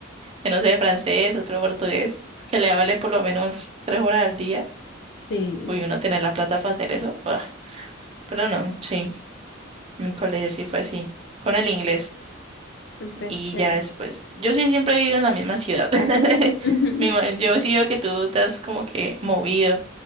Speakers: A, on the right (about 30°); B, on the left (about 60°).
A: de no sé, de francés, otro de portugués, que le hable por lo menos tres horas al día,
B: Sí,
A: uy, uno tener la plata para hacer eso, ¡buah! Pero no, sí, mi colegio sí fue así, con el inglés.
B: súper
A: Y
B: chévere.
A: ya después, yo sí siempre he vivido en la misma ciudad. <laughs>
B: <laughs> Ujú.
A: Mi ma- Yo sí veo que tú te has como que movido